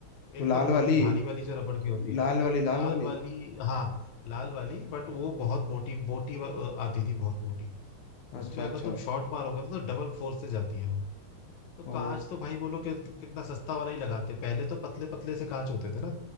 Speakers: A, on the left; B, on the left.
A: वो
B: एकदम
A: लाल
B: मोटी
A: वाली
B: भारी वाली जो रबड़ की होती है
A: लाल वाली लाल
B: लाल
A: वाली
B: वाली हाँ लाल वाली बट वो बहुत मोटी मोटी व- आती थी बहुत मोटी
A: अच्छा
B: उसमें अगर
A: अच्छा
B: तुम शॉट मारोगे ना तो डबल फोर्स से जाती है वो तो
A: ओ
B: कांच तो भाई बोलो कि कितना सस्ता वाला ही लगाते पहले तो पतले पतले से कांच होते थे ना